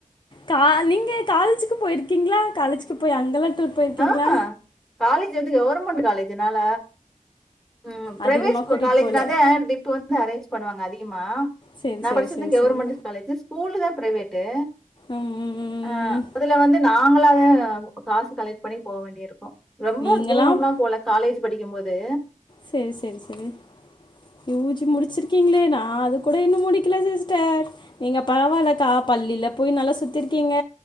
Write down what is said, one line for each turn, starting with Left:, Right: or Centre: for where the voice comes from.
Left: கா நீங்க காலேஜிக்கு போயிருக்கீங்ளா காலேஜிக்கு போய் அங்கலா டூர் போயிருக்கீங்களா
Centre: ஆ காலேஜி வந்து கவர்மெண்ட் காலேஜினால ம் பிரைவேட்
Left: அதிகமா
Centre: ஸ்கூ
Left: கூட்டிட்டு
Centre: காலேஜினா
Left: போல
Centre: தா ட்ரிப்பு வந்து அரேஞ்ச் பண்ணுவாங்க அதிகமா
Left: சரி
Centre: நா
Left: சரி
Centre: படிச்சது
Left: சரி
Centre: கெவுர்மண்ட்டு
Left: சரி
Centre: காலேஜி ஸ்கூலு தா பிரைவேட்டு
Left: ம்
Centre: ஆ அதுல வந்து நாங்களதா காசு கலட் பண்ணி போ வேண்டி இருக்கும் ரொம்ப
Left: நீங்களாம்
Centre: தூரம்லா போல காலேஜி படிக்கமோது
Left: செரி செரி செரி யூ ஜி முடிச்சிருக்கீங்ளே நா அது கூட இன்னு முடிக் கில சிஸ்டர் நீங்க பரவாயில்ல கா பள்ளில போயி நல்லா சுத் திருக்கீங்க